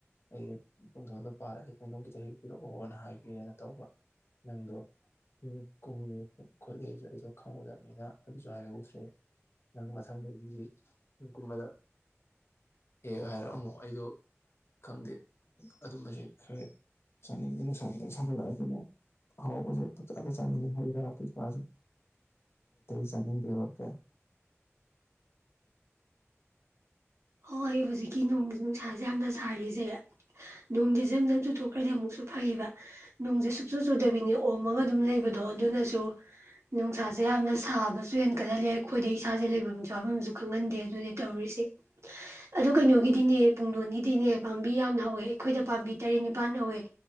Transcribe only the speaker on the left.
ꯑꯩ ꯍꯦꯛ ꯄꯨꯡꯗꯣꯟꯗꯣ ꯄꯥꯜꯂꯥꯗꯤ ꯑꯩ ꯄꯨꯡꯗꯣꯟ ꯈꯤꯇ ꯍꯦꯛ ꯄꯤꯔꯛꯑꯣꯅ ꯍꯥꯏꯒꯦꯅ ꯇꯧꯕ ꯅꯪꯗꯣ ꯌꯨꯝ ꯀꯨꯝꯃꯦ ꯈꯣꯠꯂꯁꯨ ꯑꯩꯗꯣ ꯈꯪꯉꯨꯗꯕꯅꯤꯅ ꯑꯗꯨꯁꯨ ꯍꯥꯏꯍꯧꯗ꯭ꯔꯦ ꯅꯪ ꯃꯊꯪꯗꯒꯤꯗꯤ ꯌꯨꯝ ꯀꯨꯝꯕꯗ ꯑꯦ ꯍꯥꯏꯔꯛꯑꯝꯃꯨ ꯑꯩꯗꯣ ꯈꯪꯗꯦ ꯑꯗꯨꯝꯕꯁꯦ ꯈꯔ ꯆꯥꯅꯤꯡꯗꯦ ꯅꯨꯡꯁꯥ ꯈꯤꯇꯪ ꯁꯥꯐꯠꯂꯛꯑꯦ ꯑꯗꯨꯅ ꯑꯍꯥꯎꯕꯁꯦ ꯄꯥꯛ ꯆꯥꯗ ꯆꯥꯅꯤꯡꯉꯤ ꯍꯩꯒꯔꯥ ꯀꯩꯀꯥꯁꯦ ꯆꯥꯅꯤꯡꯗꯦꯕꯥ ꯀꯌꯥ